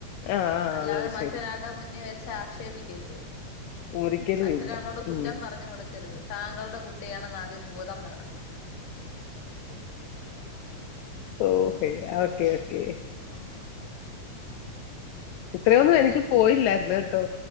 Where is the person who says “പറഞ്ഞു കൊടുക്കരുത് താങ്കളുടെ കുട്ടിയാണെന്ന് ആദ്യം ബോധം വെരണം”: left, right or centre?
Left